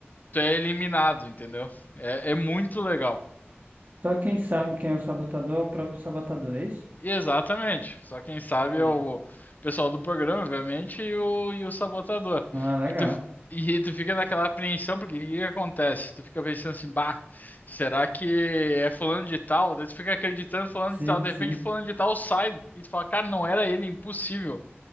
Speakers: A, on the left; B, on the right.
A: tu é eliminado, entendeu? É, é muito legal.
B: Só quem sabe quem é o sabotador é o próprio sabotador, é isso?
A: Exatamente. Só quem sabe
B: Entendi.
A: é o pessoal do programa, obviamente, e o, e o sabotador.
B: Ah, legal.
A: E tu, e tu fica naquela apreensão, porque o que que acontece? Tu fica pensando assim, bah, será que é fulano de tal? Daí tu fica acreditando em fulano
B: Sim,
A: de tal, de
B: sim.
A: repente fulano de tal sai. E tu fala, cara, não era ele, impossível.